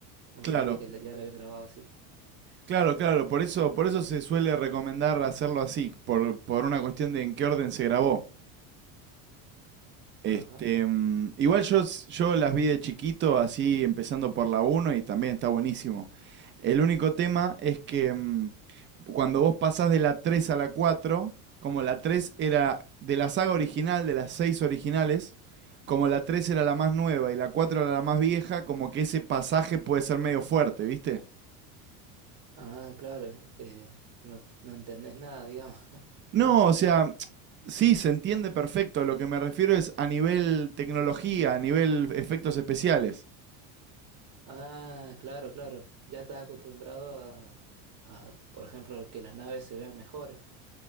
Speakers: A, on the right (about 45°); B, on the right (about 30°).
A: No
B: Claro,
A: sabía que la- ya la habían grabado así.
B: claro, claro. Por eso, por eso se suele recomendar hacerlo así, por, por una cuestión de en qué orden se grabó. Este,
A: Ajá.
B: mm, igual yo, s- yo las vi de chiquito, así empezando por la uno y también está buenísimo. El único tema es que mm, cuando vos pasás de la 3 a la cuatro como la 3 era de la saga original, de las 6 originales, como la 3 era la más nueva y la 4 era la más vieja, como que ese pasaje puede ser medio fuerte, ¿viste?
A: Ah, claro, eh, no, no entendés nada, digamos.
B: No, o sea, <tsk> sí, se entiende perfecto. Lo que me refiero es a nivel tecnología, a nivel efectos especiales.
A: Ah, claro, claro. Ya estás acostumbrado a, a, por ejemplo, que las naves se vean mejores.